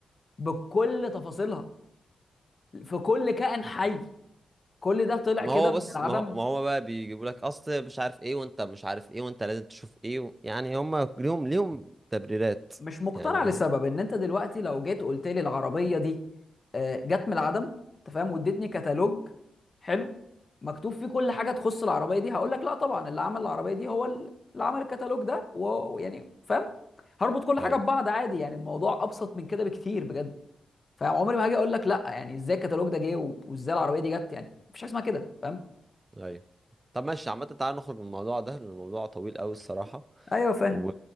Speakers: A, on the left; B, on the right.
A: بكل تفاصيلها في كل كائن حي كل ده طلع
B: ما
A: كده
B: هو
A: من
B: بص
A: العدم
B: ما هو ما هو بقى بيجيبوا لك اصل مش عارف ايه وانت مش عارف ايه وانت لازم تشوف ايه و... يعني هم ليهم ليهم تبريرات
A: مش مقتنع
B: يعني
A: لسبب ان انت دلوقتي لو جيت قلت لي العربيه دي آه، جت من العدم انت فاهم واديتني كتالوج حلو مكتوب فيه كل حاجه تخص العربيه دي هقول لك لا طبعا اللي عمل العربيه دي هو ال- اللي عمل الكتالوج ده و- ويعني فاهم هربط كل
B: ايوه
A: حاجه ببعض عادي يعني الموضوع ابسط من كده بكتير بجد فعمري ما هاجي اقول لك لا يعني ازاي الكتالوج ده جه و- وازاي العربيه دي جت يعني مفيش حاجه اسمها كده فاهم
B: ايوه طب ماشي عامة تعالى نخرج من الموضوع ده لأن الموضوع طويل أوي الصراحة
A: ايوه فاهم
B: و...